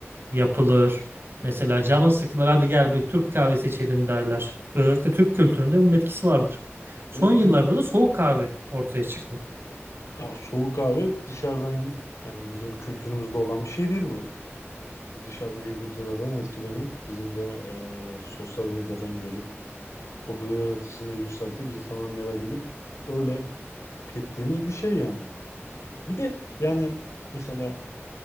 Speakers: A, on the right; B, on the left.
A: yapılır. Mesela canın sıkılır hadi gel bir Türk kahvesi içelim derler. Özellikle Türk kültüründe bunun etkisi vardır. Son
B: Ve
A: yıllarda
B: Türk
A: da soğuk kahve ortaya çıktı.
B: ya soğuk kahve dışarıdan yani bizim kültürümüzde olan bir şey değil bu. Dışarıdaki kültürlerden etkilenip bizim de e, sosyal medyadan görüp popülaritesini yükseltip insanları merak edip öyle tükettiğimiz bir şey yani. Bir de yani mesela